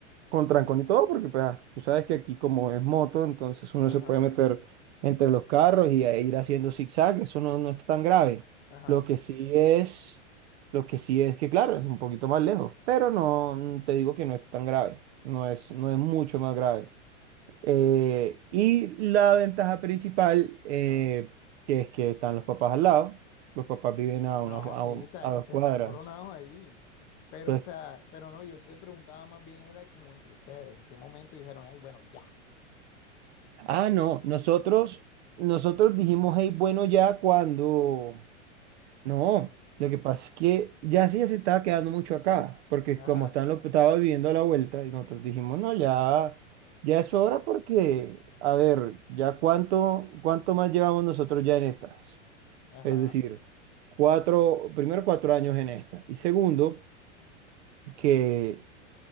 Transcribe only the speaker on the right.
con trancón y todo, porque pues, ah, tú sabes que aquí como es moto, entonces uno
se puede meter entre los carros y a ir haciendo zigzag, eso no, no está tan grave.
Lo que sí es, lo que sí es que claro, es un poquito más lejos, pero no mm, te digo que no está tan grave, no es, no es mucho más grave. Eh, y la ventaja principal, eh,
que es que están los papás al lado, los papás viven a,
una, a,
un-
a dos
cuadras.
Entonces,
Ah, no, nosotros, nosotros dijimos, hey, bueno, ya cuando... No, lo que pasa es que ya sí ya se estaba quedando mucho acá, porque
como están lo, estaba viviendo a la vuelta, y nosotros dijimos, no, ya, ya es hora porque, a ver, ya cuánto, cuánto más llevamos nosotros ya en estas.
Es decir, cuatro, primero cuatro años en esta, y segundo, que...